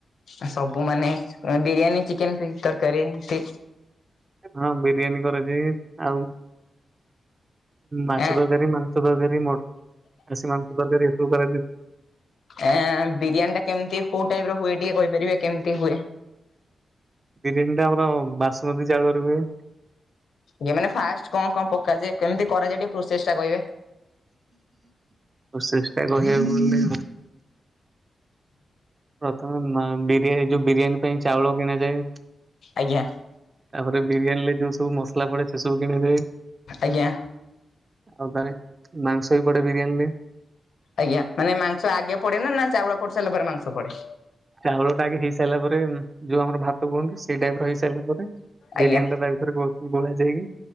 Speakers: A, on the left; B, on the right.
A: ଆ ସବୁ ମାନେ ଏଁ ବିରିୟାନୀ ଚିକେନ ଫି ତରକାରୀ ତି
B: ହଁ ବିରିୟାନୀ କରାଯାଏ। ଆଉ ମାଛ
A: ଏଁ
B: ତରକାରୀ, ମାଂ ସ ତରକାରୀ ମଟ ଖାସି ମାଂସ ତରକାରୀ ଏସବୁ କରାଯାଏ।
A: ଏଁ ବିରିୟାନୀ ଟା କେମିତି କୋଉ ଟାଇପର ହୁଏ। ଟିକେ କହିପାରିବେ କେମିତି ହୁଏ?
B: ବିରିୟାନୀ ଟା ଆମର ବାସୁମତୀ ଚାଉଳରେ ହୁଏ।
A: ଯେ ମାନେ ଫାଷ୍ଟ କଣ କଣ ପକାଯାଏ। କେମିତି କରାଯାଏ ଟିକେ ପ୍ରୋସେସ ଟା କହିବେ?
B: ଚେଷ୍ଟା କହିବାକୁ ଗଲେ ପ୍ରଥମେ ମା ବିରିୟାନୀ ଯୋଉ ବିରିୟାନୀ ପାଇଁ ଚାଉଳ କିଣାଯାଏ।
A: ଆଜ୍ଞା।
B: ତାପରେ ବିରିୟାନୀରେ ଯୋଉ ସବୁ ମସଲା ପଡେ ସେ ସବୁ କିଣିଯାଏ।
A: ଆଜ୍ଞା।
B: ଅଦାରେ ମାଂସ ବି ପଡେ ବିରିୟାନୀରେ
A: ଆଜ୍ଞା ମାନେ ମାଂସ ଆଗେ ପଡେ ନା ନା ଚାଉଳ ପଡି ସାରିଲା ପରେ ମାଂସ ପଡେ?
B: ଚାଉଳଟା ଆଗେ ହେଇସାରିଲା ପରେ ଯୋଉ ଆମର ଭାତ କୁହନ୍ତି ସେଇ ଟାଇପ ର ହେଇସାରିଲା ପରେ
A: ଆଜ୍ଞା।
B: ବିରିୟାନୀ ଟା ତା ଭିତରେ ଗୋ ଗୋଳା ଯାଇକି